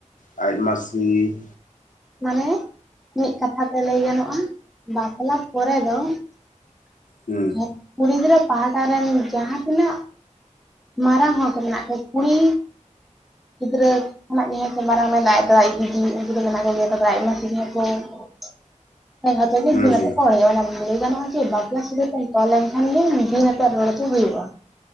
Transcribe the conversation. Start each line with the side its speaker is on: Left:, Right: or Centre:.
Left: ᱟᱡ ᱢᱟᱥᱤ
Centre: ᱢᱟᱱᱮᱻᱮ ᱢᱤᱫ ᱠᱟᱛᱷᱟᱛᱮ ᱞᱟᱹᱭ ᱜᱟᱱᱚᱜᱼᱟ ᱵᱟᱯᱞᱟ ᱯᱚᱨᱮ ᱫᱚ <unintelligible>
Left: ᱦᱩᱸ
Centre: ᱠᱩᱲᱤ ᱜᱤᱫᱽᱨᱟᱹ ᱯᱟᱦᱴᱟ ᱨᱮᱱ ᱡᱟᱦᱟᱸ ᱛᱤᱱᱟᱹᱜ ᱢᱟᱨᱟᱝ ᱦᱚᱲ ᱠᱚ ᱢᱮᱱᱟᱜ ᱠᱚᱣᱟ ᱠᱩᱲᱤ ᱜᱤᱫᱽᱨᱟᱹ ᱠᱷᱚᱱᱟᱜ ᱡᱟᱦᱟᱸᱭ ᱠᱚ ᱢᱟᱨᱟᱝ ᱢᱮᱱ ᱫᱚ ᱟᱡ ᱫᱟᱫᱟ ᱟᱡ ᱫᱤᱫᱤ ᱩᱱᱠᱩ ᱫᱚ ᱢᱮᱱᱟᱜ ᱠᱚᱜᱮᱭᱟ ᱛᱚᱵᱮ ᱟᱡ ᱢᱟᱥᱤ ᱡᱟᱸᱦᱟᱭ ᱠᱚ <inaudible>
Left: ᱦᱩᱸ
Centre: ᱵᱤᱱ
Left: ᱦᱩᱸ
Centre: ᱟᱛᱮᱫ ᱠᱚ ᱨᱚᱲ ᱮᱫᱟ ᱞᱟᱹᱭ ᱜᱟᱱᱚᱜᱼᱟ ᱵᱟᱯᱞᱟ ᱥᱟᱹᱜᱟ. ᱛᱮᱢ ᱛᱚᱞ ᱞᱮᱱᱠᱷᱟᱱ ᱜᱮ ᱵᱤᱱ ᱟᱛᱮᱫ ᱨᱚᱲ ᱫᱚ ᱦᱩᱭᱩᱜᱼᱟ